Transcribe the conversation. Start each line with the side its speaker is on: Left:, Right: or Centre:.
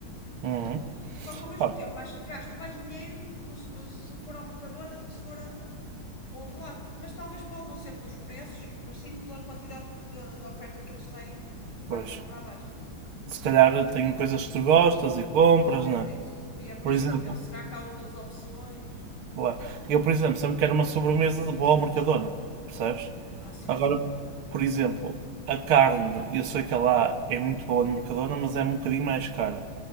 Right: Uhum.
Left: Só que ao mesmo
Right: Pá,
Left: tempo acho que gasto mais dinheiro no- se for ao Mercadona do que se for a- ao outro lado. Mas talvez pode não ser pelos preços, mas sim pela quantidade de, de oferta que eles têm e faz-me
Right: pois,
Left: comprar mais.
Right: se calhar tem coisas que tu gostas e compras,
Left: Talvez
Right: não é?
Left: isso. E é por
Right: Por
Left: isso
Right: exemplo,
Left: que eu penso, será que há outras opções?
Right: Claro. Eu, por exemplo, sempre quero uma sobremesa de boa ao Mercadona, percebes?
Left: Ah, sim,
Right: Agora,
Left: sim.
Right: por exemplo, a carne, eu sei que ela é muito boa no Mercadona, mas é um bocadinho mais cara.